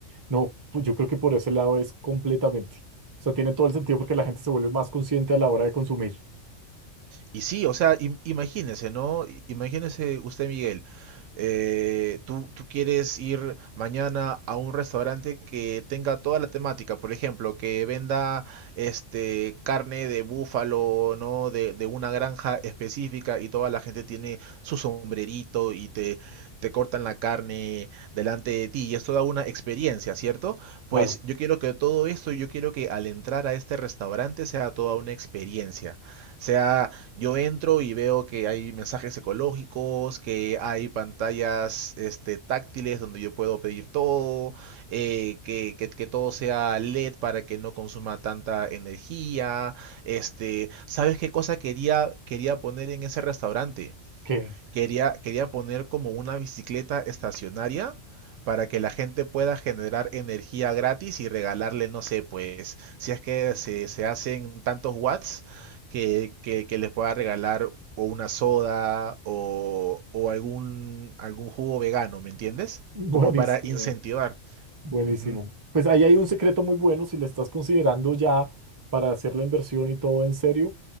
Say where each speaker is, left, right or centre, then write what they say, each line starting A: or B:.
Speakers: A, on the right (about 25°); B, on the right (about 75°).
A: No, pues yo creo que por ese lado es completamente. O sea, tiene todo el sentido porque la gente se vuelve más consciente a la hora de consumir.
B: Y sí, o sea, im- imagínese, ¿no? I- Imagínese usted, Miguel, eh, tú, tú quieres ir mañana a un restaurante que tenga toda la temática, por ejemplo, que venda este carne de búfalo, ¿no? De, de una granja específica y toda la gente tiene su sombrerito y te, te cortan la carne delante de ti y es toda una experiencia, ¿cierto? Pues
A: Claro,
B: yo quiero que todo esto, yo quiero que al entrar a este restaurante sea toda una experiencia, sea yo entro y veo que hay mensajes ecológicos, que hay pantallas este, táctiles donde yo puedo pedir todo, eh, que, que- que todo sea LED para que no consuma tanta energía. Este, ¿sabes qué cosa quería, quería poner en ese restaurante?
A: ok.
B: Quería, quería poner como una bicicleta estacionaria para que la gente pueda generar energía gratis y regalarle, no sé, pues, si es que se, se hacen tantos watts, que, que- que les pueda regalar o una soda o, o algún, algún jugo vegano, ¿me entiendes?
A: Buenísimo.
B: Como para incentivar.
A: Buenísimo.
B: Ujú.
A: Pues ahí hay un secreto muy bueno si le estás considerando ya para hacer la inversión y todo en serio.